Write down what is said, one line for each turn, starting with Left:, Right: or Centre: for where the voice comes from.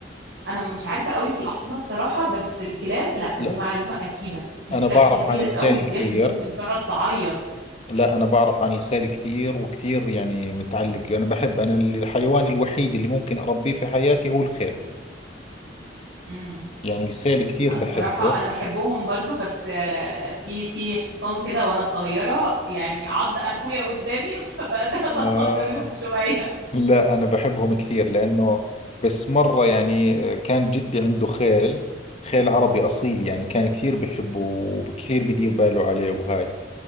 Right: انا مش عارفه قوي في الاحصنه الصراحه بس الكلاب لا
Left: لا
Right: دي معلومه اكيده في
Left: أنا
Right: كلاب
Left: بعرف
Right: كتير
Left: عن الخيل
Right: قوي بجد
Left: كثير
Right: ممكن تقعد تعيط
Left: لا أنا بعرف عن الخيل كثير وكثير يعني متعلق أنا بحب أنا الحيوان الوحيد اللي ممكن أربيه في حياتي هو الخيل
Right: امم
Left: يعني الخيل كثير
Right: لا
Left: بحبه
Right: الصراحه انا بحبهم برضو بس آه، في في حصان كده وانا صغيره يعني عض اخويا قدامي <laughs> فبدات
Left: آه
Right: اتخض منهم شويه
Left: لا أنا بحبهم كثير لأنه بس مرة يعني كان جدي عنده خيل خيل عربي أصيل يعني كان كثير بحبه وكثير بدير باله عليه وهاي